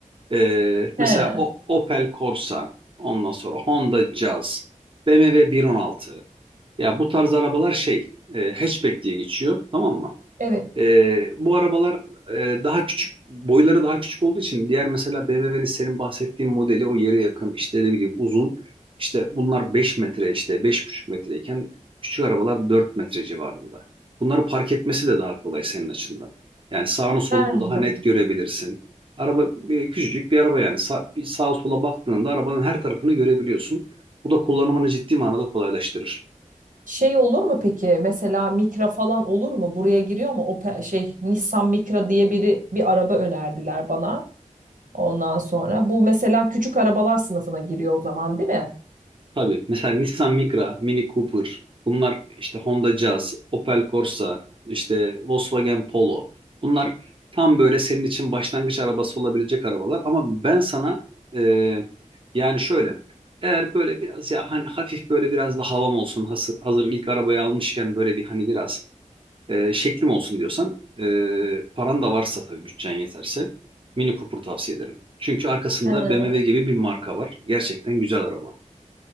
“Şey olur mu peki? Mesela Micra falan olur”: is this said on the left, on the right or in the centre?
Right